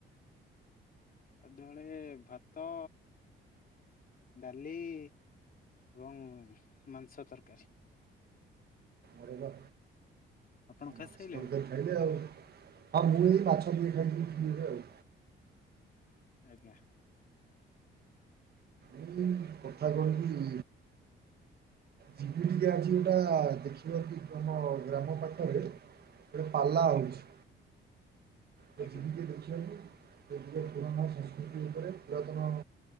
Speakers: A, on the left (about 45°); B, on the right (about 55°).
A: ଗାଧୁଆବେଳେ ଭାତ ଡାଲି ଏବଂ ମାଂସ ତରକାରୀ।
B: ଆରେ ବା।
A: ଆପଣ ଖାଇସାଇଲେଣି
B: ମାଂସ ତରକାରୀ ଖାଇଲେ ଆଉ ହଁ ମୁଁ ବି ମାଛ ଟିକେ ଖାଇଥିଲି ଫ୍ରିରେ ଆଉ।
A: ଆଜ୍ଞା।
B: ଏଇ କଥା କଣ କି ଯିବି ଟିକେ ଆଜି ଗୋଟା ଦେଖିବାକୁ <unintelligible> ଆମ ଗ୍ରାମ ପାଖରେ ଗୋଟେ ପାଲା ହୋଉଛି।
A: ଆଜ୍ଞା
B: ଏ
A: ଆଜ୍ଞା
B: ଯିବି ଟିକେ ଦେଖିବାକୁ <unintelligible> ପୁରାଣ ସଂସ୍କୃତି ଉପରେ ପୁରାତନ